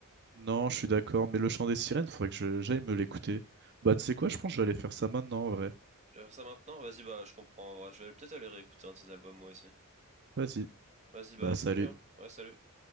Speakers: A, on the right (about 50°); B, on the right (about 30°).
A: Non, je suis d'accord, mais le chant des sirènes, faudrait que je- j'aille me l'écouter. Bah, tu sais quoi, je pense que je vais aller faire ça maintenant en vrai.
B: Tu vas faire ça maintenant? Vas-y, bah je comprends en vrai. Je vais peut-être aller réécouter un de ses albums moi aussi.
A: Vas-y,
B: Vas-y, bah
A: bah,
B: salut,
A: salut.
B: hein. Ouais, salut.